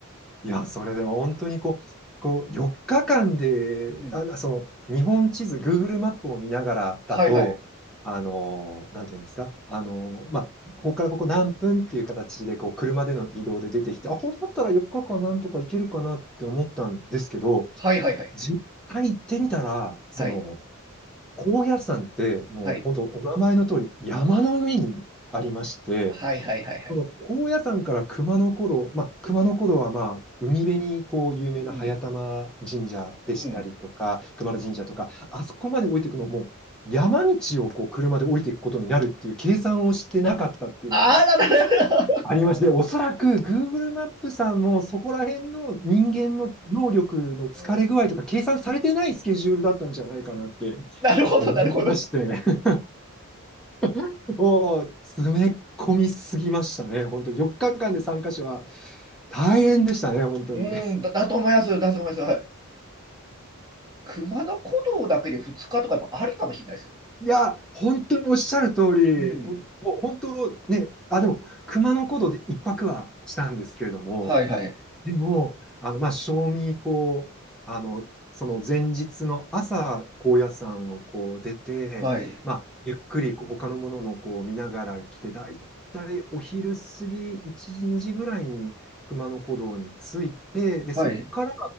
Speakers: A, in the centre; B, on the right.
A: いや、それでも本当にこう、こう4日間で、
B: うん。
A: あ、その日本地図、Google マップを見ながらだと、
B: はいはい。
A: あのーなんていうんですか、あのーまあ、ここからここ何分っていう形でこう車での移動で出てきて、あ、これだったら4日間なんとか行けるかなって思ったんですけど、
B: はいはいはい。
A: 実際行ってみたら、その、
B: はい。
A: 高野山ってもう本当お名前の通り山の上にありまして、
B: はい。はいはいはいはい。
A: その高野山から熊野古道、まあ、熊野古道はまあ海辺にこう有名な早玉神社でしたりとか、
B: うん。うん。
A: 熊野神社とか、あそこまで降りていくのも、山道をこう車で降りていくことになるっていう計算をしてなかったっていうのが
B: ああ、なるほど。
A: ありまして、おそらく Google マップさんもそこら辺の人間の能力の疲れ具合とか計算されてないスケジュールだったんじゃないかなって
B: うんなるほど、
A: 思いまして、
B: なるほど。
A: <laughs> もう詰め込みすぎましたね。本当4日間で3カ所は大変でしたね、本当に。
B: うん、だ、だと思います。だと思います。はい。熊野古道だけで2日とかもありかもしれないですよ。
A: いや、本当におっしゃる通り、
B: うん。
A: ほんもう本当、あ、でも、熊野古道で一泊はしたんですけれども、
B: はいはい。
A: でも、あの、まあ、賞味、こう、あの、その前日の朝、高野山をこう出て、
B: はい。
A: まあ、ゆっくりこう他のものもこう見ながら来て、だいたいお昼過ぎ、1時、2時ぐらいに熊野古道に着いて、で、
B: はい。
A: そっから